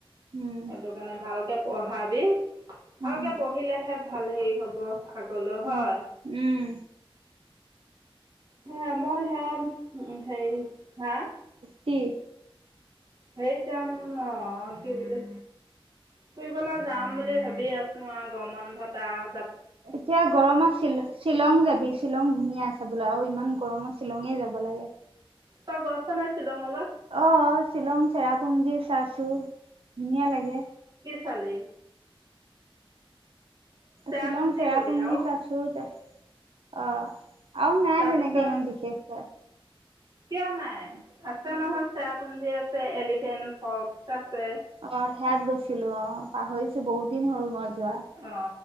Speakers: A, on the right; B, on the right.
A: উম
B: সেইটো কাৰণে ভালকে পঢ়াবি ভালকে
A: উম
B: পঢ়িলেহে ভাল হেই হব প আগলৈ হয়
A: উম উম
B: হে মই হেম হেই হা
A: টি
B: সেই যাম অঁ কি বুলি, ফুৰিবলৈ যাম বুলি ভাবি আছো আ গৰমন্ধতা আও
A: এতিয়া গৰমত শ্বি শ্বিলং যাবি শ্বিলং ধুনীয়া আছে। চাবলে আও ইমান গৰমত শ্বিলঙে যাব লাগে
B: ত গছ নত শ্বিলং অলে
A: অ শ্বিলং, চেৰাপুঞ্জী, চাছু। ধুনীয়া লাগে।
B: চালে? চেৰাপুঞ্জী
A: শ্বিলং, শেৰা
B: গলি
A: পুঞ্জি,
B: আৰু
A: চাচুত অ। আৰু নাই
B: তাৰপিছত
A: তেনেকে ইমান বিশেষকে।
B: কিয় নাই আছে নহয় চ পুঞ্জি আছে এলিফেণ্ট ফক্স আছে
A: অ', সেয়াত গৈছিলো অ', পাহৰিছো বহুত দিন হ'ল মই যোৱা
B: অ।